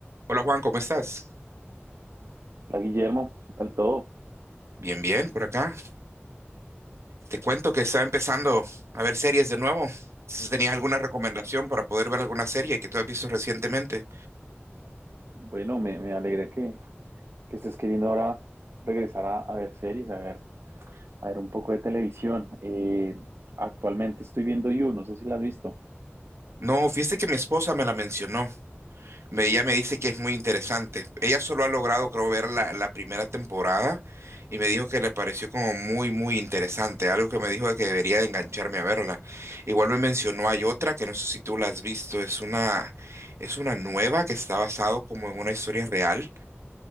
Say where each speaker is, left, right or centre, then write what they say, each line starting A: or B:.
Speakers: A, on the right; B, on the right.
A: Hola Juan, ¿cómo estás?
B: Hola Guillermo, ¿qué tal todo?
A: Bien, bien, por acá. Te cuento que estaba empezando a ver series de nuevo. Si tenías alguna recomendación para poder ver alguna serie que tú has visto recientemente.
B: Bueno, me, me alegra que, que estés queriendo ahora regresar a, a ver series, a ver, a ver un poco de televisión. Eh, actualmente estoy viendo You, no sé si la has visto.
A: No, fíjate que mi esposa me la mencionó. Me, ella me dice que es muy interesante. Ella solo ha logrado, creo, ver la, la primera temporada y me dijo que le pareció como muy, muy interesante. Algo que me dijo de que debería de engancharme a verla. Igual me mencionó, hay otra que no sé si tú la has visto. Es una, es una nueva que está basado como en una historia real